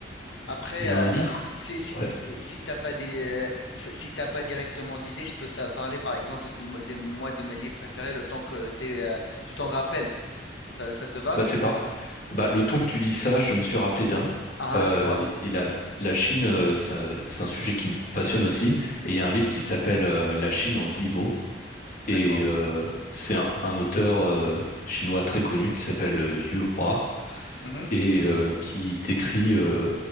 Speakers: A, on the left; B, on the left.
A: Après,
B: il y
A: euh,
B: a un livre.
A: si, si,
B: Ouais,
A: si, si t'as pas des, euh, si si t'as pas directement d'idée, je peux te parler par exemple de, moi des- moi, de mes livres préférés le temps que t'es, euh, tu t'en rappelles. Ça, ça te va?
B: Bah, c'est pas... bah, le temps que tu dis ça, je me suis rappelé d'un.
A: Ah,
B: Euh,
A: hein, dis-moi.
B: et la, la Chine, euh, ça- c'est un sujet qui me passionne aussi. Et il y a un livre qui s'appelle euh, La Chine en dix mots.
A: D'accord.
B: Et euh, c'est un, un auteur euh, chinois très connu qui s'appelle euh, Yu Hua
A: Mhm,
B: et euh, qui décrit euh,